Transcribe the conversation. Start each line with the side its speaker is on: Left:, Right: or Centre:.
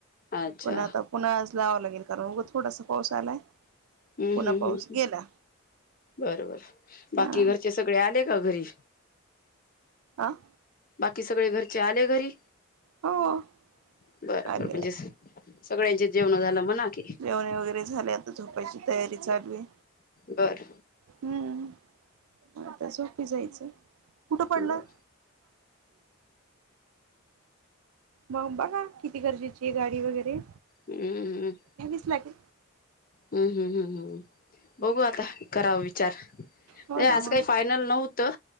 Left: अच्छा
Right: पण आता पुन्हा आज लावावं लागेल. करूगा थोडासा पाऊस आलाय.
Left: हम्म!
Right: पुन्हा
Left: हम्म!
Right: पाऊस
Left: हम्!
Right: गेला.
Left: बर बर. बाकी
Right: हा
Left: घरचे सगळे आले. का घरी
Right: आह?
Left: बाकी सगळे घरचे आले घरी?
Right: हो
Left: बरबर.
Right: आले
Left: म्हणजे
Right: आले
Left: सगळ्यांचे जेवण झालं म्हणा. की
Right: जेवणे वगैरे झाले आता झोपायची तयारी चालय
Left: बर
Right: हम्म. आता झोपी जायचं कुठं पडलं
Left: बर
Right: मग बघा किती गरजेची आहे गाडी वगैरे
Left: हम्म हम्म
Right: लागे
Left: हम्म हम्म हम्म हम् बघू आता कराव विचार
Right: हो
Left: अरे
Right: ना
Left: असज
Right: हो
Left: काही
Right: ना
Left: फायनल नव्हतं